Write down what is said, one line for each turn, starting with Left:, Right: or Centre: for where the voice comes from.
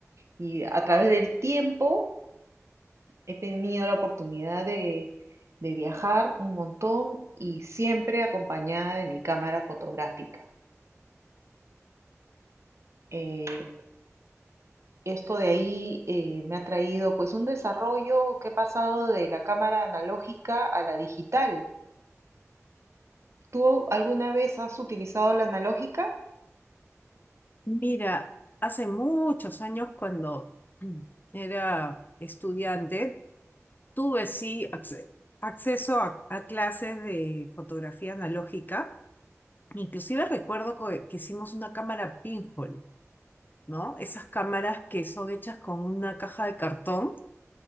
Right: y a través del tiempo he tenido la oportunidad de, de viajar un montón y siempre acompañada de mi cámara fotográfica. Eh, esto de ahí eh, me ha traído pues un desarrollo que he pasado de la cámara analógica a la digital. ¿Tú alguna vez has utilizado la analógica?
Left: Mira, hace muchos años cuando <clears throat> era estudiante, Tuve sí acce- acceso a, a clases de fotografía analógica. Inclusive recuerdo co- que hicimos una cámara pinhole, ¿no? Esas cámaras que son hechas con una caja de cartón